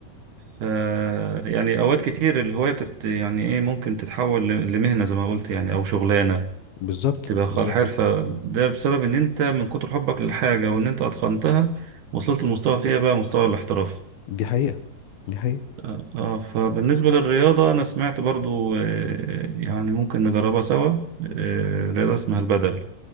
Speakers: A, on the right (about 60°); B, on the left (about 70°).
A: ف يعني أوقات كتير الهواية بتت يعني إيه ممكن تتحول ل- لمهنة زي ما قلت يعني أو شغلانة
B: بالظبط
A: تبقى خ-
B: بالظبط
A: حرفة ده بسبب إن أنت من كتر حبك للحاجة وإن أنت أتقنتها وصلت لمستوى فيها بقى مستوى الاحتراف
B: دي حقيقة دي حقيقة
A: آه آه، فبالنسبة للرياضة أنا سمعت برضو آه، يعني ممكن نجربها سوا آه، رياضة اسمها البدل